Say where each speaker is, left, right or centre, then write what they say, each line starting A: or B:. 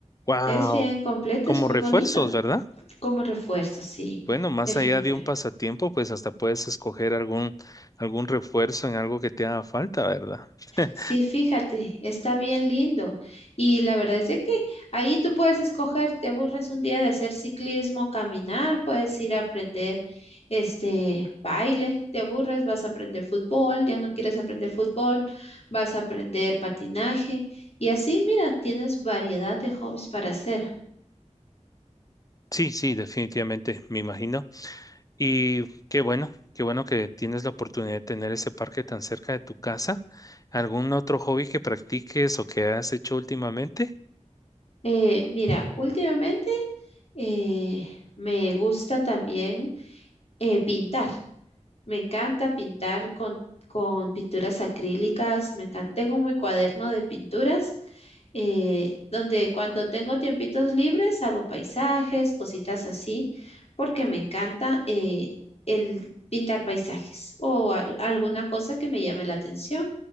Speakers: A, on the left (about 30°); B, on the left (about 55°).
A: Wow.
B: es bien completo,
A: Como
B: es muy
A: refuerzos,
B: bonito
A: ¿verdad?
B: como refuerzo, sí,
A: Bueno, más
B: definitivamente.
A: allá de un pasatiempo, pues hasta puedes escoger algún, algún refuerzo en algo que te haga falta, ¿verdad? <laughs>
B: Sí, fíjate, está bien lindo. Y la verdad es de que ahí tú puedes escoger, te aburres un día de hacer ciclismo, caminar, puedes ir a aprender este baile, te aburres, vas a aprender fútbol, ya no quieres aprender fútbol, vas a aprender patinaje. Y así, mira, tienes variedad de hobbies para hacer.
A: Sí, sí, definitivamente, me imagino. Y qué bueno, qué bueno que tienes la oportunidad de tener ese parque tan cerca de tu casa. ¿Algún otro hobby que practiques o que has hecho últimamente?
B: Eh, mira, últimamente eh, me gusta también eh, pintar. Me encanta pintar con, con pinturas acrílicas, me encanta. Tengo mi cuaderno de pinturas, eh, donde cuando tengo tiempitos libres hago paisajes, cositas así, porque me encanta eh, el pintar paisajes o al- alguna cosa que me llame la atención.